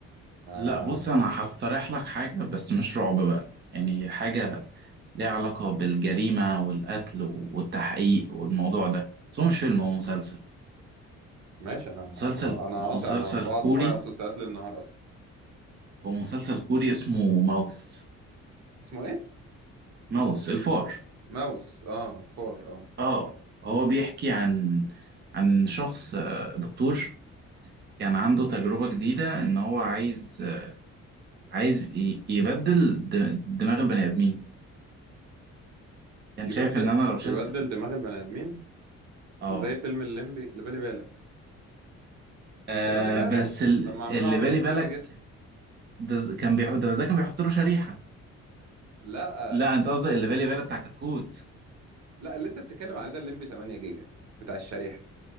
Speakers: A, on the right; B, on the right.
A: آه
B: لا بص انا هقترح لك حاجه بس مش رعب بقى يعني حاجه ليها علاقه بالجريمه والقتل والتحقيق والموضوع ده بس هو مش فيلم هو مسلسل
A: ماشي انا
B: مسلسل
A: انا قاطع
B: مسلسل
A: انا بقعد
B: كوري
A: اتفرج على مسلسلات ليل نهار اصلا
B: هو مسلسل كوري اسمه ماوس
A: اسمه ايه
B: ماوس الفار
A: ماوس اه الفار اه
B: اه هو بيحكي عن عن شخص آه، دكتور كان عنده تجربة جديدة إن هو عايز عايز ي- يبدل د- دماغ البني آدمين كان
A: يبدل
B: شايف إن أنا لو شلت
A: يبدل دماغ البني ادمين
B: آه
A: زي فيلم الليمبي اللي بالي بالك
B: آه،
A: اللي بالي بالك
B: بس ال-
A: لما عملوه
B: اللي
A: عملية
B: بالي بالك
A: نقل جسم
B: بز... كان بيحط ده بس ده كان بيحط له شريحة
A: لا
B: لا أنت قصدك اللي بالي بالك بتاع كتكوت
A: لا اللي انت بتتكلم عليه ده الليمبي 8 جيجا بتاع الشريحه